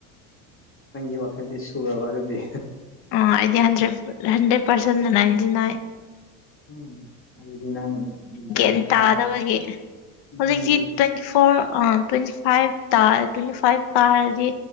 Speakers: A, on the left; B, on the left.
A: ꯅꯪꯒꯤ ꯋꯥꯈꯜꯗꯤ ꯁꯨꯔꯕ ꯑꯗꯨꯗꯤ
B: ꯑꯣ ꯑꯩꯗꯤ ꯍꯟꯗ꯭ꯔꯦꯠ ꯍꯟꯗ꯭ꯔꯦꯠ ꯄꯔꯁꯦꯟꯅꯥꯏꯟꯇꯤ ꯅꯥꯏꯟ
A: ꯎꯝ ꯑꯗꯨꯗꯤ ꯅꯪ
B: ꯒ꯭ꯌꯥꯟ
A: ꯌꯥꯝ
B: ꯇꯥꯗꯕꯒꯤ
A: ꯇꯥꯕ
B: ꯍꯧꯖꯤꯛꯁꯤ
A: ꯅꯪꯒꯤ
B: ꯇ꯭ꯋꯦꯟꯇꯤ ꯐꯣꯔ ꯇ꯭ꯋꯦꯟꯇꯤ ꯐꯥꯏꯚꯇ ꯇ꯭ꯋꯦꯟꯇꯤ ꯐꯥꯏꯚ ꯀꯥ ꯍꯥꯏꯔꯗꯤ